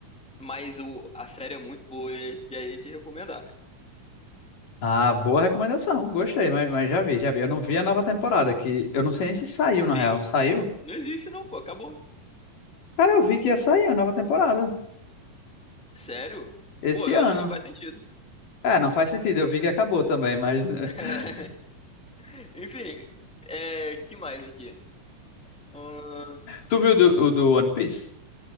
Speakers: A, in the centre; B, on the left.
A: mas o, a série é muito boa e e aí ia te recomendar.
B: Ah, boa recomendação, gostei, mas, mas já vi, já vi. Eu não vi a nova temporada, que eu não sei nem se saiu, na
A: Tem?
B: real. Saiu?
A: Não existe não, pô, acabou.
B: Cara, eu vi que ia sair a nova temporada,
A: Sério?
B: esse
A: Pô, eu
B: ano.
A: acho que não faz sentido.
B: É, não faz sentido, eu vi que acabou também, mas... <laughs>
A: <laughs> Enfim, é, que mais aqui? Ahn,
B: Tu viu do, o do One Piece?